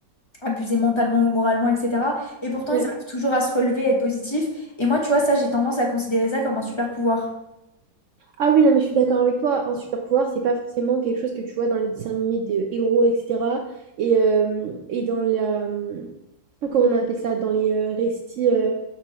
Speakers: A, on the left (about 25°); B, on the right (about 80°).
A: abusés mentalement ou moralement, etc. Et pourtant,
B: Ouais.
A: ils arrivent toujours à se relever, à être positifs. Et moi, tu vois, ça, j'ai tendance à considérer ça comme un super pouvoir.
B: Ah oui, non, mais je suis d'accord avec toi. Un super pouvoir, c'est pas forcément quelque chose que tu vois dans les dessins animés des héros, etc. Et, euh, et dans la... Comment on appelle ça? Dans les euh, récits... euh,